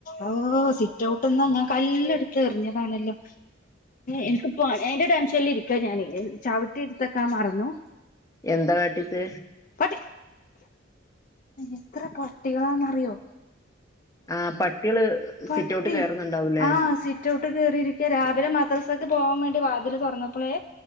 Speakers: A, on the left; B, on the left.
A: ഓ സിറ്റൊട്ട്ന്ന് ഞാൻ കല്ല് ഇടുത്ത് എറിഞ്ഞതാണല്ലോ എനിക്ക്പ്പോ എയ്ന്റെ ടെൻഷൻല് ഇരിക്കാ ഞാൻ ചവിട്ടി ട്ത്തൊക്കാൻ മറന്നു.
B: എന്താ വേട്ടീത്
A: പട്ടി എത്ര പട്ടികളാന്നറിയോ
B: ആ പട്ടികള്
A: പട്ടി
B: സിറ്റൗട്ട് കയറുന്നുണ്ടാവൂലേ
A: ആഹ് സിറ്റൊ ട്ട് കേറിയിരിക്ക രാവിലെ മദ്രസക്ക് പോവാൻ വേണ്ടി വാതിൽ തൊറന്നപ്പളേ